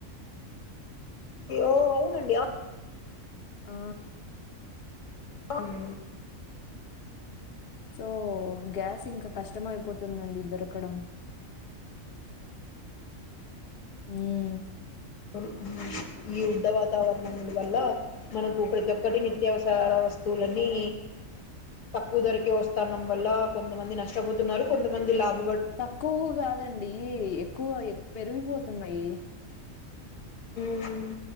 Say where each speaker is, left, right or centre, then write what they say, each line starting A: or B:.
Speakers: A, on the left (about 70°); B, on the left (about 55°).
A: ఓ అవునండి
B: ఆ
A: అన్
B: సో గ్యాస్ ఇంకా కష్టమ అయిపోతుందండి దొరకడం హ్మ్మ్
A: హుమ్మ్ ఈ యుద్ధ వాతావరణం వల్ల మనకు ప్రతి ఒక్కటి నిత్యావసర వస్తువులన్నీ తక్కువ ధరకే వస్తానం వల్ల కొంతమంది నష్టపోతున్నారు కొంతమంది లాభ
B: తక్కువ కాదండి ఎక్కువ పెరిగిపోతున్నాయి
A: హ్మ్మ్